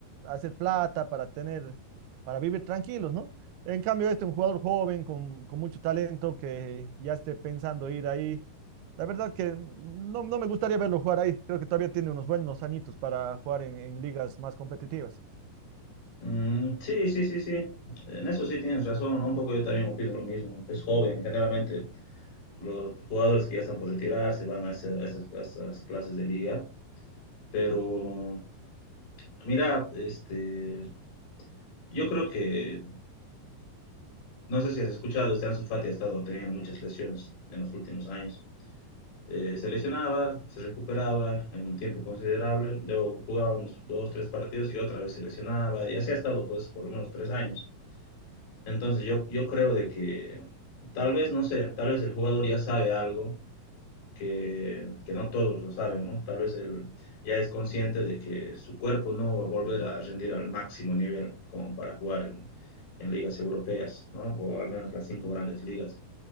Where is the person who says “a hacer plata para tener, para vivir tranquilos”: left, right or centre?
Right